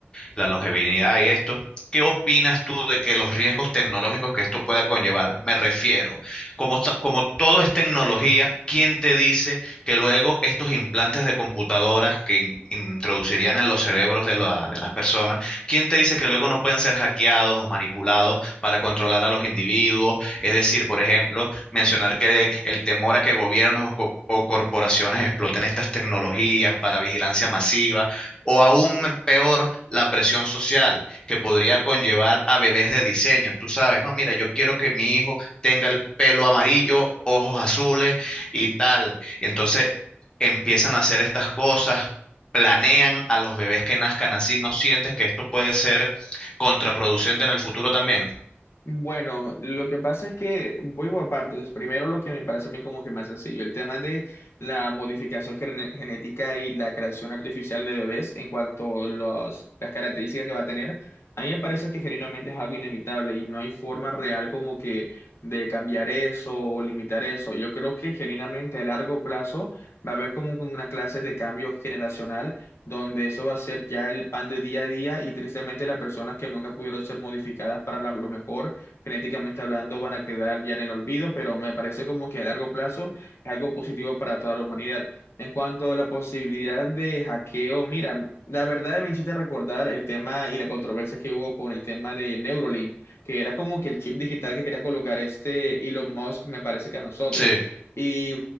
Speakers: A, on the left; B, on the left.
A: la longevidad y esto, ¿qué opinas tú de que los riesgos tecnológicos que esto pueda conllevar? Me refiero. Como, sa- como todo es tecnología, ¿quién te dice que luego estos implantes de computadoras que in- introducirían en los cerebros de, la- de las personas, ¿quién te dice que luego no pueden ser hackeados o manipulados para controlar a los individuos? Es decir, por ejemplo, mencionar que el temor a que gobiernos o, co- o corporaciones exploten estas tecnologías para vigilancia masiva, o aún me- peor, la presión social que podría conllevar a bebés de diseño. Tú sabes, no, mira, yo quiero que mi hijo tenga el pelo amarillo, ojos azules y tal. Y entonces empiezan a hacer estas cosas, planean a los bebés que nazcan así. ¿No sientes que esto puede ser contraproducente en el futuro también?
B: Bueno, lo que pasa es que voy por partes. Primero, lo que me parece a mí como que más sencillo, el tema de la modificación gene- genética y la creación artificial de bebés en cuanto a los, las características que va a tener. A mí me parece que genuinamente es algo inevitable y no hay forma real como que de cambiar eso o limitar eso. Yo creo que genuinamente a largo plazo va a haber como que una clase de cambio generacional donde eso va a ser ya el pan de día a día y tristemente las personas que nunca pudieron ser modificadas para la- lo mejor genéticamente hablando van a quedar ya en el olvido, pero me parece como que a largo plazo es algo positivo para toda la humanidad. En cuanto a la posibilidad de hackeo, mira, la verdad me hiciste recordar el tema y la controversia que hubo con el tema de Neuralink, que era como que el chip digital que quería colocar este Elon Musk, me parece que a nosotros.
A: Sí,
B: Y